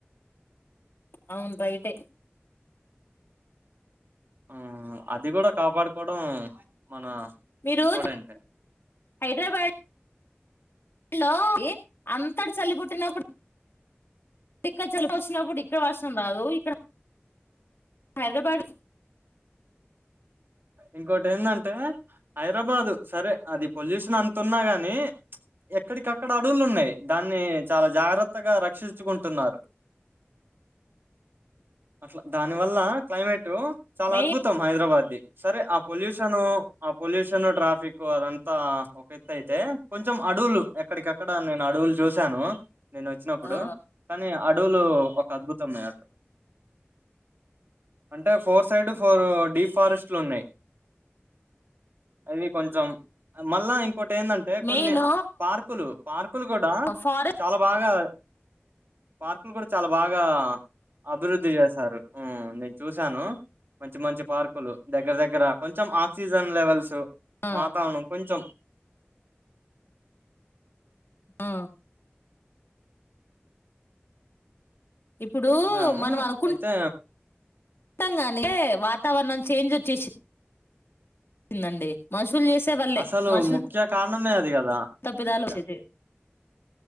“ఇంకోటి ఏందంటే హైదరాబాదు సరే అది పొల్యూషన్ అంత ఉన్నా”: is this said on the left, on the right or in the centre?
Right